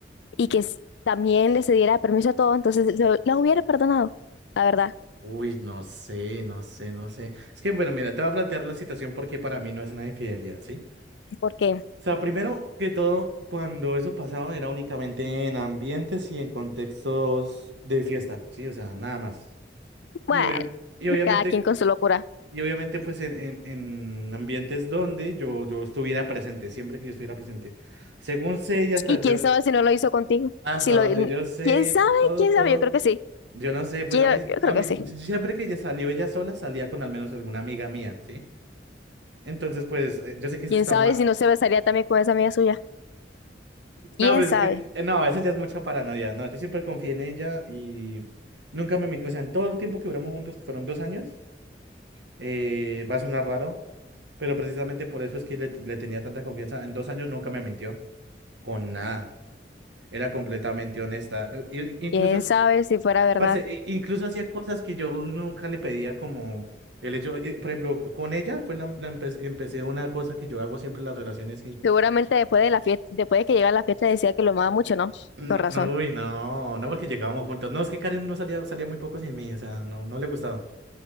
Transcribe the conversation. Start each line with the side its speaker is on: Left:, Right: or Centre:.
Left: y que s- también le cediera permiso a todo, entonces lo- la hubiera perdonado, la verdad.
Right: Uy, no sé, no sé, no sé. Es que, bueno, mira, te voy a plantear la situación porque para mí no es una infidelidad, ¿sí?
Left: Porque,
Right: O sea, primero que todo, cuando eso pasaba era únicamente en ambientes y en contextos de fiesta, ¿sí? O sea, nada más. Y,
Left: bueno,
Right: obvia- y obviamente.
Left: cada quien con su locura.
Right: Y obviamente pues en, en- en ambientes donde yo, yo estuviera presente, siempre que yo estuviera presente. Según sé y hasta
Left: ¿Y
Right: yo,
Left: quién sabe si no lo hizo contigo?
Right: hasta
Left: Si lo,
Right: donde yo sé,
Left: ¿quién sabe?
Right: todo,
Left: ¿Quién
Right: todo.
Left: sabe? Yo creo que sí.
Right: Yo no sé, pues
Left: Yo,
Right: a mí,
Left: yo creo
Right: a mí,
Left: que sí.
Right: yo- siempre que ella salió ella sola, salía con al menos alguna amiga mía, ¿sí? Entonces pues eh, yo sé que eso
Left: ¿Quién
Right: está
Left: sabe
Right: mal.
Left: si no se
Right: <laughs>
Left: besaría también con esa amiga suya? ¿Quién
Right: No, pero
Left: sabe?
Right: es que, eh, no, eso ya es mucha paranoia, no, yo siempre confié en ella y nunca me, min- o sea, en todo el tiempo que duramos juntos, que fueron dos años, eh, va a sonar raro. Pero precisamente por eso es que le, le tenía tanta confianza. En dos años nunca me mintió con nada. Era completamente honesta. Eh, i- Incluso,
Left: ¿Quién
Right: hacía-
Left: sabe si fuera verdad?
Right: parce, i- incluso hacía cosas que yo nunca le pedía como el hecho, eh, por ejemplo, con ella fue la, la empe- empecé una cosa que yo hago siempre en las relaciones y
Left: Seguramente después de la fiesta, después de que llegara la fiesta decía que lo amaba mucho, ¿no?
Right: no,
Left: Con razón.
Right: no, uy, no, no porque llegábamos juntos. No, es que Karen no salía, salía muy poco sin mí, o sea, no, no le gustaba.